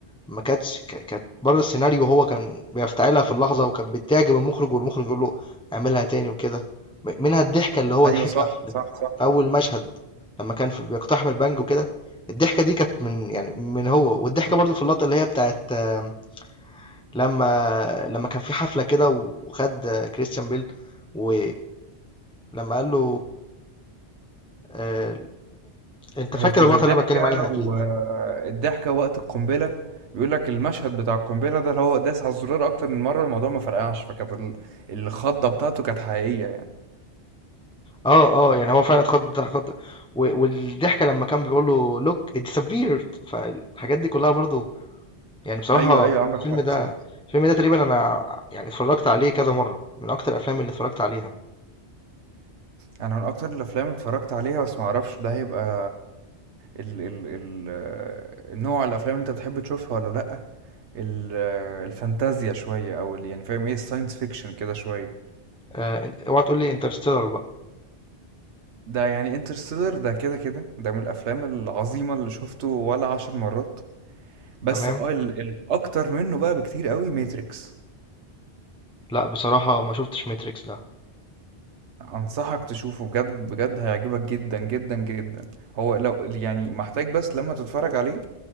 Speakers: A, in the centre; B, on the right.
A: ما كانتش ك كانت برّه السيناريو هو كان بيفتعلها في اللحظة، وكانت بتعجب المخرج، والمخرج يقول له اعملها تاني وكده، م منها الضحكة اللي هو
B: ايوه
A: ضحكها
B: صح
A: في
B: صح صح
A: في أول مشهد لمّا كان في بيقتحم البنك وكده، الضحكة دي كانت من يعني من هو، والضحكة برضه في اللقطة اللي هي بتاعة آمم، لمّا لمّا كان في حفلة كده وخد آه، كريستيان بيل و لما قال له آه، انت
B: هي
A: فاكر
B: كانت
A: اللقطه
B: الضحكه
A: اللي انا بتكلم عليها اكيد
B: والضحكه وقت القنبله بيقول لك المشهد بتاع القنبله ده اللي هو داس على الزرار اكتر من مره الموضوع ما فرقعش فكانت ال- الخضه بتاعته كانت حقيقيه يعني
A: اه اه يعني هو فعلا اتخض اتخض و- والضحكه لما كان بيقول له لوك ات disappeared فالحاجات دي كلها برضو يعني بصراحه
B: ايوه ايوه عندك
A: الفيلم
B: حق
A: ده
B: صح
A: الفيلم ده تقريبا انا يعني اتفرجت عليه كذا مره من اكتر الافلام اللي اتفرجت عليها
B: انا من اكتر الافلام اللي اتفرجت عليها بس ما اعرفش ده هيبقى ال ال ال النوع الافلام اللي انت بتحب تشوفها ولا لا ال الفانتازيا شويه او ال- يعني فاهم ايه الساينس فيكشن كده شويه
A: آه، إن- اوعى تقول لي انترستيلر بقى
B: ده يعني انترستيلر ده كده كده ده من الافلام العظيمه اللي شفته ولا عشر مرات بس
A: تمام
B: اه ال الاكتر منه بقى بكتير قوي ماتريكس
A: لا بصراحه ما شفتش ماتريكس ده
B: انصحك تشوفه بجد بجد هيعجبك جدا جدا جدا هو لو يعني محتاج بس لما تتفرج عليه